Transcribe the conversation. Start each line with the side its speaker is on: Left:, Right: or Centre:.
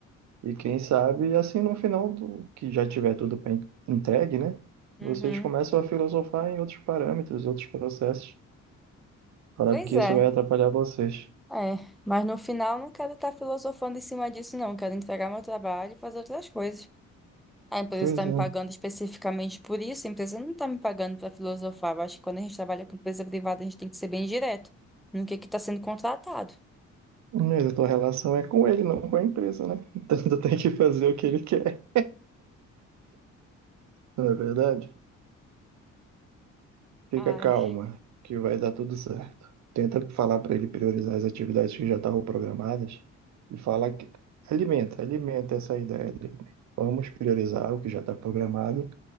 Right: E quem sabe, assim, no final do que já tiver tudo pra en- entregue, né?
Centre: Uhum.
Right: Vocês começam a filosofar em outros parâmetros, outros processos, para
Centre: Pois
Right: que
Centre: é.
Right: isso vai atrapalhar vocês.
Centre: É, mas no final não quero estar filosofando em cima disso, não. Quero entregar meu trabalho e fazer outras coisas. A empresa
Right: Pois
Centre: está me
Right: é.
Centre: pagando especificamente por isso, a empresa não está me pagando para filosofar. Eu acho que quando a gente trabalha com empresa privada, a gente tem que ser bem direto no que que está sendo contratado.
Right: Mas a tua relação é com ele, não com a empresa, né? <laughs> Então tu tem que fazer o que ele quer, não é verdade? Fica
Centre: Ai.
Right: calma, que vai dar tudo certo. Tenta falar para ele priorizar as atividades que já estavam programadas e fala que alimenta, alimenta essa ideia dele. Vamos priorizar o que já está programado